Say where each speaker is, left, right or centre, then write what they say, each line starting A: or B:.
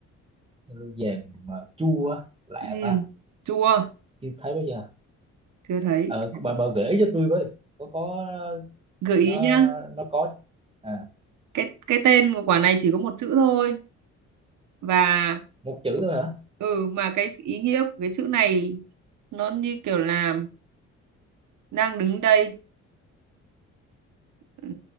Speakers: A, on the right; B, on the right.
A: treo vàng mà chua á. lạ
B: Ừ,
A: ta
B: chua,
A: chưa thấy bao giờ
B: chưa thấy.
A: Ờ, bà bà gợi ý cho tôi với có có
B: Gợi ý
A: nó
B: nhá.
A: nó có à,
B: Cái cái tên của quả này chỉ có một chữ thôi và
A: một chữ thôi hả
B: ừ mà cái ý nghĩa của cái chữ này nó như kiểu là đang đứng đây ừ,